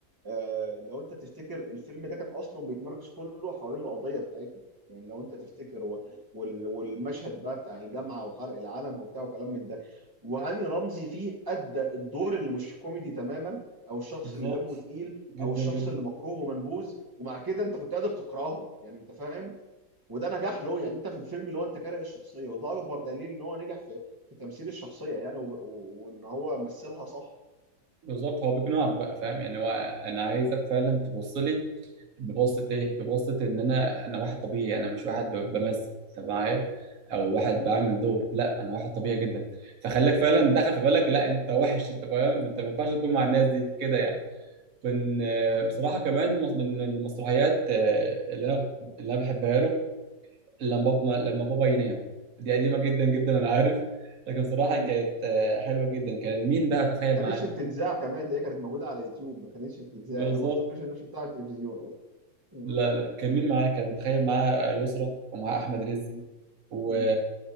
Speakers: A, on the right (about 15°); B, on the right (about 55°).
A: آه، لو انت تفتكر الفيلم ده كان اصلا بيتمركز كله حوالين القضيه بتاعتنا يعني لو انت تفتكر و... وال... والمشهد بقى بتاع الجامعه وحرق العلم وبتاع وكلام من ده وهاني رمزي فيه ادى الدور اللي مش كوميدي تماما او الشخص
B: بالظبط
A: اللي دمه تقيل
B: جدا
A: او الشخص
B: جدا
A: اللي مكروه ومنبوذ ومع كده انت كنت قادر تكرهه يعني انت فاهم وده نجاح له يعني انت في الفيلم اللي هو انت كاره الشخصيه وده اكبر دليل ان هو نجح في, في تمثيل الشخصيه يعني و... و... وان هو مثلها صح
B: بالظبط هو بيقنعك بقى فاهم يعني هو انا عايزك فعلا تبص لي ببصة ايه ببصة ان انا انا واحد طبيعي انا مش واحد ب- بمثل انت معايا او واحد
A: مم.
B: بعمل دور لا انا واحد طبيعي جدا فخليك فعلا
A: مم.
B: دخل في بالك لا انت وحش انت فاهم انت ما ينفعش تكون مع الناس دي كده يعني كان آه،
A: طب
B: بصراحة كمان مس- من من المسرحيات آه، اللي أنا كنت- اللي أنا بحبها له لما
A: مم.
B: بابا لما بابا ينام دي قديمة جدا جدا أنا عارف لكن صراحة
A: مم.
B: كانت آه، حلوة جدا كان مين بقى تخيل
A: ما كانتش
B: معاه
A: بتتذاع كمان ده هي كانت موجوده على يوتيوب ما كانتش بتتذاع
B: بالظبط
A: يعني ما افتكرش ان انا شفتها على التلفزيون اصلا م-
B: لا لا كان مين معاه كان تخيل معاه يسرا ومعاه أحمد رزق
A: م-
B: و...
A: م.